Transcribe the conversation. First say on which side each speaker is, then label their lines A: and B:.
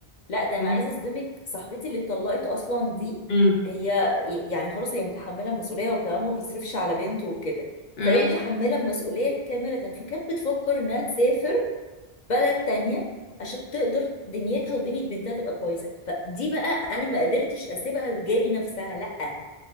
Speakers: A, on the left; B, on the left.
A: لا ده انا
B: فاهمة؟
A: عايزه اصدمك صاحبتي اللي اتطلقت اصلا دي
B: امم
A: هي يعني خلاص هي متحمله المسؤوليه وكمان ما بيصرفش على بنته وكده فهي
B: ماشي
A: متحمله المسؤوليه كامله فكانت بتفكر انها تسافر بلد تانية عشان تقدر دنيتها ودنيا بنتها تبقى كويسه فدي بقى انا ما قدرتش اسيبها تجاري نفسها لا